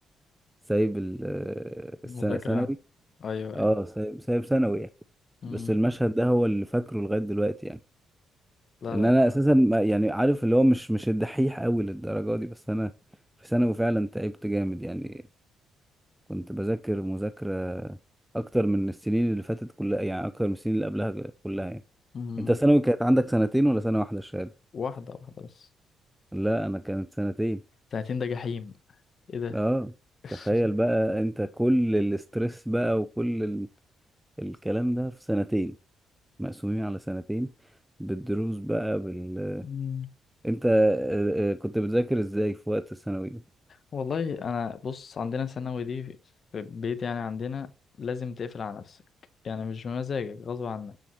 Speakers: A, in the centre; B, on the left.
A: سايب ال- آه،
B: مذاكرة
A: الس- ثانوي
B: يعني. ايوه
A: اه
B: ايوه
A: سايب سايب ثانوي يعني
B: امم
A: بس المشهد ده هو اللي فاكره لغاية دلوقتي يعني
B: لا
A: ان
B: لا
A: انا
B: لا
A: اساسا ما- يعني عارف اللي هو مش مش الدحيح قوي للدرجة دي بس انا في ثانوي فعلا تعبت جامد يعني كنت بذاكر مذاكرة أكتر من السنين اللي فاتت كلها يعني أكتر من السنين اللي قبلها كلها يعني
B: امم
A: أنت ثانوي كانت عندك سنتين ولا سنة واحدة الشهادة؟
B: واحدة واحدة بس
A: لا أنا كانت سنتين
B: سنتين ده جحيم ايه ده
A: أه
B: <laughs>
A: تخيل بقى أنت كل الاسترس بقى وكل ال... الكلام ده في سنتين مقسومين على سنتين بالدروس بقى بال
B: مم.
A: أنت آه، آه، كنت بتذاكر إزاي في وقت الثانوي ده؟
B: والله انا بص عندنا ثانوي دي في في البيت يعني عندنا لازم تقفل على نفسك يعني مش بمزاجك غصب عن